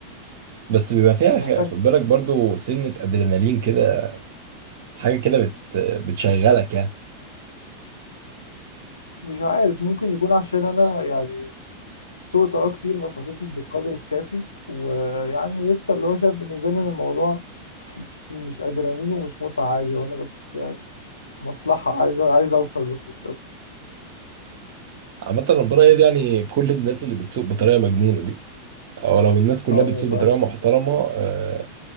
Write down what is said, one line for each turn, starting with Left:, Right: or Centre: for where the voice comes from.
Right: بس بيبقى فيها
Left: انا
Right: خ-
Left: محتاج
Right: خد بالك برضو سنة ادرينالين كده حاجة كده بت بتشغلك يعني
Left: مش عارف ممكن يكون عشان انا يعني سوقت اه كتير بس ما سوقتش بالقدر الكافي ويعني لسه اللي هو شايف بالنسبه لي ان الموضوع مش ادرينالين ومش متعه عادي وانا بس يعني مصلحه عايز عايز اوصل بس مش اكتر
Right: عامة ربنا يهدي يعني كل الناس اللي بتسوق بطريقة مجنونة دي او لو الناس كلها
Left: اه والله
Right: بتسوق بطريقة محترمة آه،